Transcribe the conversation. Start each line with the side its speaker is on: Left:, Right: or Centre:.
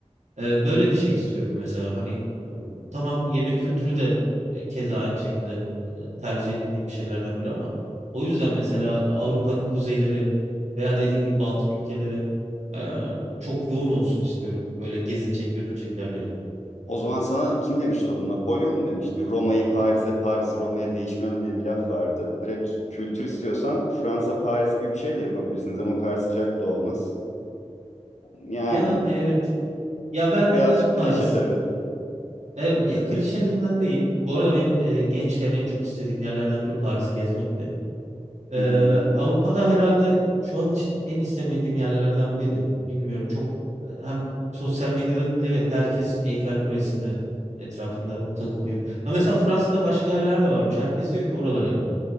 Right: Ee, böyle bir şey istiyorum mesela. Hani tamam yemek kültürü de e, keza aynı şekilde e, tercih ettiğim bir şeylerden biri ama o yüzden mesela Avrupa'nın kuzeyleri veya dediğin gibi Baltık ülkeleri e, çok yoğun olsun istiyorum. Böyle gezilecek, görülecek yerleri.
Left: O zaman sana kim demişti onu? Napolyon mu demişti? Roma'yı Paris'e, Paris'i Roma'ya değişmem diye bir laf vardı. Direkt kültür istiyorsan Fransa, Paris gibi bir şey de yapabilirsiniz ama o kadar sıcak da olmaz. Yani
Right: Yani evet. Ya ben
Left: birazcık
Right: neden Paris?
Left: klişe tabii.
Right: E, ya klişeliğinden değil. Bu arada benim e, gençken en çok istediğim yerlerden biri Paris gezmekti. Ee,
Left: Hı hı.
Right: Avrupa'da herhalde şu an için en istemediğim yerlerden biri. Bilmiyorum çok e, hem sosyal medyada evet herkes Eyfel Kulesi'nin etrafında takılıyor. Ha mesela Fransa'da başka yerler de varmış. Herkes diyor ki oralara git.